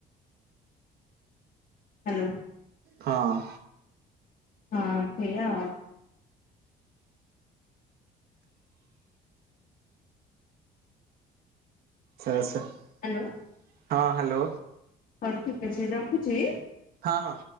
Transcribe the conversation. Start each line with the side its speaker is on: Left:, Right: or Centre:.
Left: ହାଲୋ।
Right: ହଁ।
Left: ହଁ ସେଇଆ ଆଉ।
Right: ସେ ସେ। <unintelligible>
Left: ହାଲୋ।
Right: ହଁ ହାଲୋ।
Left: ହଉ ଠିକ ଅଛି ରଖୁଚି?
Right: ହଁ ହଁ।